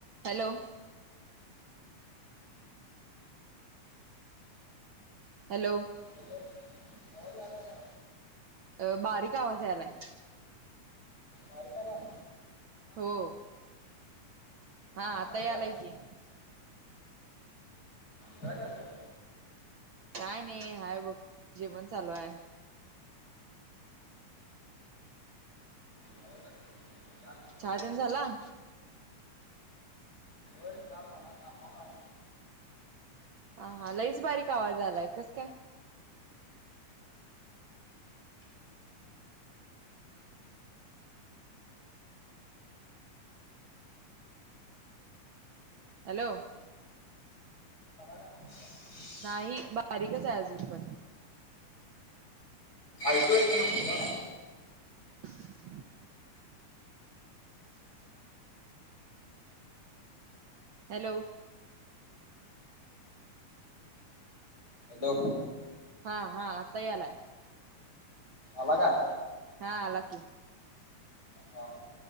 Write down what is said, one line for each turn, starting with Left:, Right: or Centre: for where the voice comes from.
Right: Hello. Hello.
Left: Hello आवाज आला का
Right: अ बारीक आवाज यायलाय..
Left: बारीक आलंय.
Right: हो. हा आता
Left: आला
Right: यालाय
Left: काय
Right: की.
Left: काय करताय?
Right: काय नाही हाय बघ जेवण चालू आहे.
Left: होय का?
Right: चहा तेन झाला?
Left: चहा झाला कामावर आहे.
Right: हा हा, लईच बारीक आवाज आलाय कस काय, हॅलो.
Left: का?
Right: नाही बारीकच आहे अजून पण,
Left: ऐकू येते ना तुला?
Right: ह. हॅलो.
Left: हलो
Right: हा हा आता यालाय..
Left: अला काय?
Right: हा आला की.
Left: हा